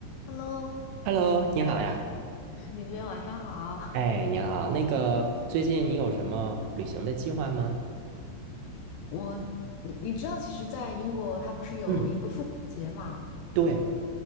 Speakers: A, on the left; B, on the right.
A: Hello，
B: Hello，你好呀。
A: <laughs> 你那边晚上好。
B: 哎，你好，那个最近你有什么旅行的计划吗？
A: <laughs> 我，你你知道，其实，在英国，它不是有一个复活节嘛？
B: 嗯，对，